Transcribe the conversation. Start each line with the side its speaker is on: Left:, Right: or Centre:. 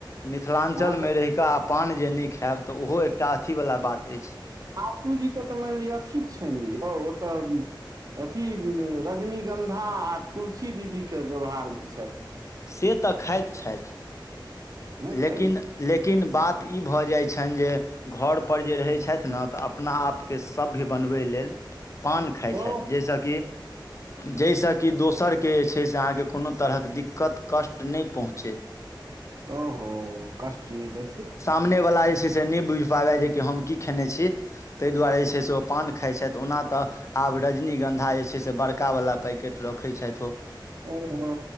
Left: मिथिलाञ्चल
Right: अहाँ तऽ
Left: मे रहै का पान जे नहि खायब तऽ ओहो एकटा अथीवला बात अछि
Right: आतूजी के तऽ मैन लिअ अथी छै ने यौ ओ तऽ अथी रजनीगन्धा आ तुलसी दीदीके व्यवहारमे छथि
Left: से तऽ खाइत छथि
Right: हँ
Left: लेकिन
Right: तै ने
Left: लेकिन बात ई भऽ जाइ छनि जे घरपर जे रहै छथि न तऽ अपना आपके सभ्य बनबै लेल पान खाय
Right: ओ
Left: छथि जै सँ कि जै से कि दोसरके जे छै से अहाँके कोनो तरहक दिक्कत कष्ट नहि पहुँचै
Right: ओहो कष्ट ने दे
Left: सामने वला जे छै से नहि बुझ पाबै जे हम की खेने छी तहि दुआरे जे छै से ओ पान खाय छथि ओनाऽ तऽ आब रजनीगन्धा जे छै से बड़कावला पैकेट रखै छथि ओ
Right: ओहो